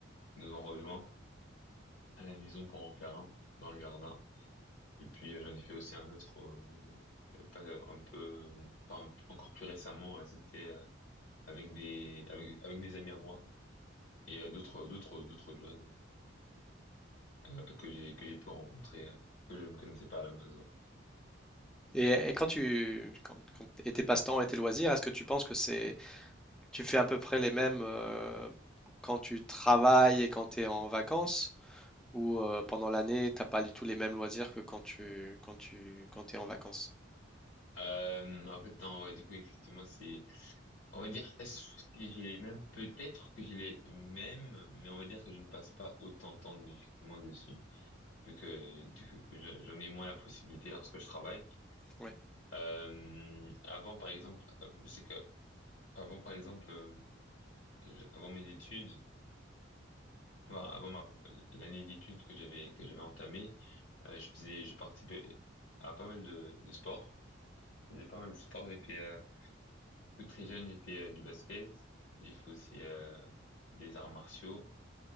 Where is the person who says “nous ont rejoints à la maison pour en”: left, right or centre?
Left